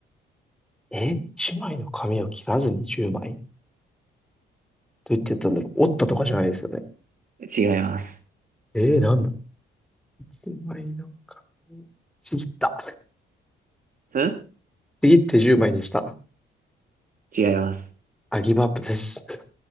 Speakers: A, in the centre; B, on the right.
A: え一枚の紙を切らずに10枚どうやってやったんだろう折ったとかじゃないですよね。
B: 違います。
A: えー、なんだ一枚の紙。ちぎった。
B: ん
A: ちぎって10枚にした。
B: 違います。
A: アギブアップです。